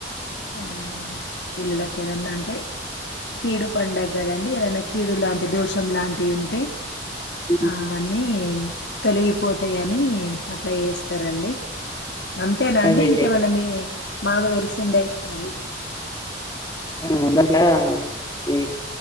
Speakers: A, on the left; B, on the left.
A: ఆ పిల్లలకు ఏదన్నా అంటే కీడు పండగ గదండి ఏదన్నా కీడు లాంటి దోషం లాంటివ్ ఉంటే
B: ఉమ్
A: ఆ మన్నీ తొలగిపోతాయని అట్లా చేస్తారండి అంతేనా అండి
B: అది
A: ఇంకేమన్నా మీ మాగుతెలిసిందయి అది
B: మొదట్లా ఈ